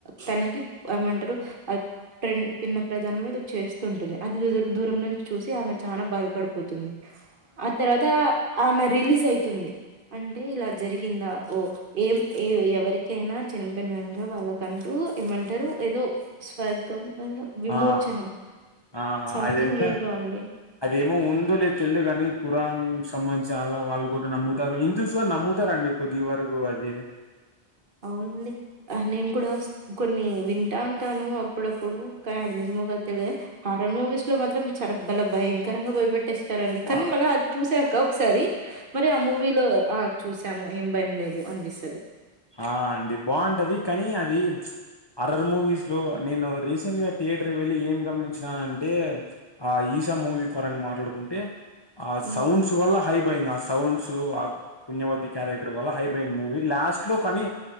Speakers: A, on the right; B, on the left.
A: తనకి ఏమంటారు. అహ్ పి పిన్న ప్రధానమో ఏదో చేస్తుంటది అది దు దూరం ను చూసి ఆమె చాలా బాధపడిపోతుంది ఆ తర్వాత ఆమె రిలీజ్ అయితుంది అంటే ఇలా జరిగింద ఓ ఏం ఏ ఎవరికైనా చనిపోయినక వాళ్ళకంటూ ఏమంటారు ఏదో స్వర్గం ఇంకా విమోచనం
B: ఆ ఆ ఆ
A: సంథింగ్
B: అది ఎంత
A: ఏదో అండి
B: అదేమో ఉందో లేదు తెల్దు కానీ ఖురాన్ సంబంధించి అల్లా వాళ్ళు కూడా నమ్ముతారు. హిందుస్ గాని నమ్ముతారండి కొద్ది వరకు అది
A: అవునండి ఆ నేను కూడా కొన్ని వింటాటాను అప్పుడప్పుడు కానీ అది నిజమో కదా తెలియదు హారర్ మూవీస్ లో మాత్రం చాలా బలే భయంకరంగా భయపెటిస్ తరండి కానీ
B: ఆ
A: మళ్ళీ అది చూసాక ఒకసారి మరి ఆ మూవీలో ఆ చూసాము ఏం భయం లేదు అనిపిస్తది.
B: ఆ అండి బాగుంటది కానీ అది అరర్ మూవీస్ లో నేను రీసెంట్గా థియేటర్కి వెళ్ళి ఏం గమనించినా అంటే ఆ ఈషా మూవీ పరంగా మాట్లాడుకుంటే ఆ
A: హ్మ్
B: సౌండ్స్ వల్ల హైబ్ ఐంది సౌండ్స్ పుణ్యవతి క్యారెక్టర్ వల్ల హైపోయింది మూవీ లాస్ట్ లో కానీ